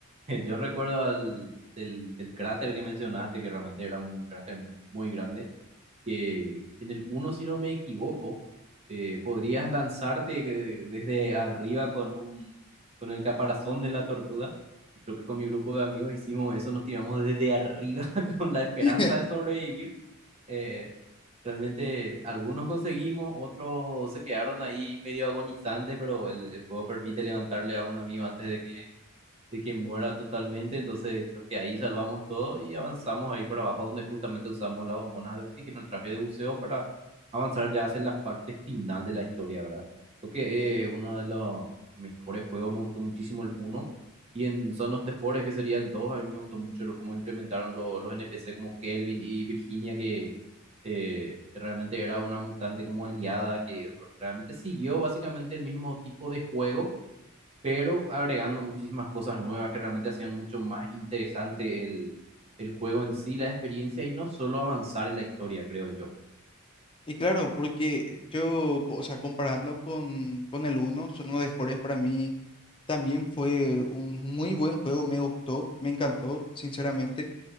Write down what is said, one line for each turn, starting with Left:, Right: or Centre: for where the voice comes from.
Right: <laughs> Yo recuerdo al, del, del cráter que mencionaste, que realmente era un cráter muy grande que en el uno si no me equivoco, eh, podrías lanzarte eh, desde arriba con un, con el caparazón de la tortuga. Y creo que con mi grupo de amigos hicimos eso, nos tiramos desde arriba <laughs> con la esperanza
Left: <laughs>
Right: de sobrevivir. Eh, realmente algunos conseguimos, otros se quedaron ahí medio agonizantes, pero el, el juego permite levantarle a un amigo antes de que de que muera totalmente, entonces creo que ahí salvamos todo y avanzamos ahí por abajo donde justamente usamos las bombonas de oxígeno, el traje de buceo para avanzar ya hacia la parte final de la historia, ¿verdad? Creo que eh, uno de los mejores juegos me gustó muchísimo el uno y en Son of the Forest, que sería el dos a mí me gustó mucho lo- cómo implementaron lo- los NPC como Kelvin y Virginia que eh, realmente era una mutante como aliada que r- realmente siguió básicamente el mismo tipo de juego pero agregando muchísimas cosas nuevas que realmente hacían mucho más interesante el, el juego en sí, la experiencia y no solo avanzar en la historia, creo yo.
Left: Y claro, porque eh, yo, o sea, comparando con, con el 1, uno de Forest para mí también fue un muy buen juego, me gustó, me encantó, sinceramente.